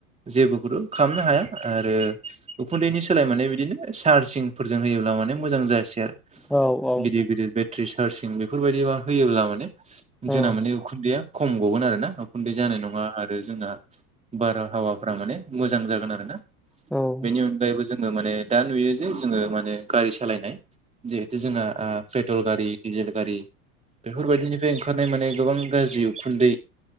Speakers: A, on the right (about 15°); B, in the centre.
A: जेबोखौथ' खालामनो हाया आरो उखुन्दैनि सोलाय माने बिदिनो सार्जिंफोरजों होयोब्ला माने मोजां जायासै आरो
B: औ औ
A: गिदिर गिदिर बेट्रि चार्जिं बेफोरबायदि मा होयोब्ला माने जोंना
B: औ
A: मानानि उखुन्दैया खम गगोन आरो ना उखुन्दै जानाय नङा आरो जोंना बारहावाफ्रा माने मोजां जागोन आरोना
B: औ
A: बेनि अनगायैबो जों ङो माने दा नुयो जे जोङो माने गारि सालायनाय जिहेथु जोंहा ओ पेट्रल गारि दिजेल गारि बेफोरबायदिनिफ्राय ओंखारनाय माने गोबां गाज्रि उखुन्दै